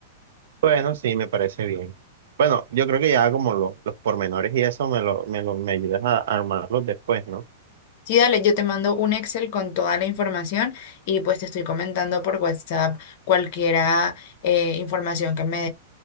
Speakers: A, on the right; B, on the left.
A: Bueno, sí, me parece bien. Bueno, yo creo que ya como los los pormenores y eso me lo, me lo, me ayudas a armarlos después, ¿no?
B: Sí, dale, yo te mando un Excel con toda la información y pues te estoy comentando por WhatsApp cualquiera eh, información que me